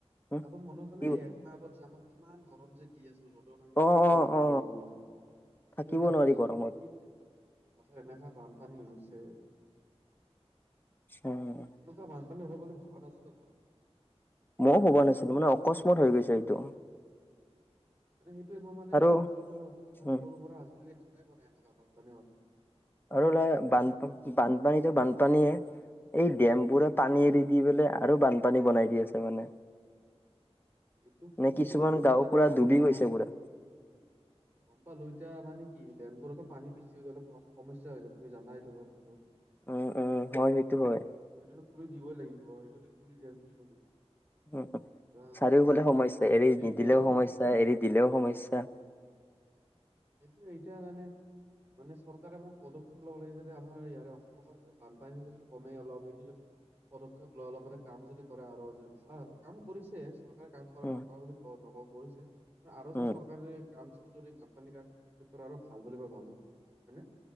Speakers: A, on the left (about 20°); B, on the right (about 15°).
A: উম,
B: আকৌ মানুহ জনে
A: কি
B: একমাহ আগত যে আমাক কিমান গৰম যে দি আছিল ৰ'দ। আমি
A: অ
B: থাকিব
A: অ
B: পৰা
A: অ
B: নাই গৰমত। কিন্তু
A: থাকিব
B: এতিয়া
A: নোৱাৰি
B: হঠাৎ
A: গৰমত
B: কি হঠাৎ এনেকা বানপানী হৈছে।
A: অ।
B: এনেকুৱা বানপানী হব বুলি ভাবা নাছিলো মই।
A: মইও ভবা নাছিলো মানে অকস্মাত হৈ গৈছে এইটো।
B: সেইটো মই মানে
A: আৰু
B: মোৰ সৰুটো সৰুৰ
A: উম
B: পৰা আজিলৈকে দেখাই পোৱা নাই এনেকা বানপানি।
A: আৰু বানপান বানপানীতো বানপানীয়ে এই ডেমবোৰে পানী এৰি। দি পেলাই আৰু বানপানী বনাই দি আছে মানে।
B: এইটো কি
A: নে
B: কৰিবা
A: কিছুমান
B: আৰু
A: গাঁও
B: যে তাতে
A: পুৰা
B: পানী
A: ডুবি
B: জমা
A: গৈছে পুৰা
B: গম পালোঁ। এতিয়া মানে কি ডেমবোৰতো পানী বেছি হৈ গ'লে সমস্যা হৈ যায় তুমি জানা এইটো কথাটো।
A: অ অ হয় সেইটো হয়।
B: সেইটো খুলি দিবই লাগিব সেইটো খুলি দিয় আৰু কি কৰিব।
A: উম
B: অ'
A: চাৰিওফালে সমস্যা এৰি
B: সেইটোয়ে
A: নিদিলেও সমস্যা এৰি দিলেও সমস্যা।
B: সেইটোয়ে এতিয়া মানে। মানে চৰকাৰে মানে পদক্ষেপ ল'ব লাগে যাতে আমাৰ ইয়াৰে অসমৰ পৰা যাতে বানপানী যাতে কমে অলপ সেইটো য। পদক্ষেপ লয় অলপ মানে কাম যদি কৰে আৰু যদি ভাল কাম কৰিছে চৰকাৰ। <unintelligible> কাম কৰা
A: উম
B: নকৰা বুলি নকওঁ কৰিছে আৰু
A: উম
B: যে চৰকাৰে দি কাম চাম যদি বানপানী। <unintelligible> কৰে আৰু ভাল বুলি মই ভাবো হয় নে।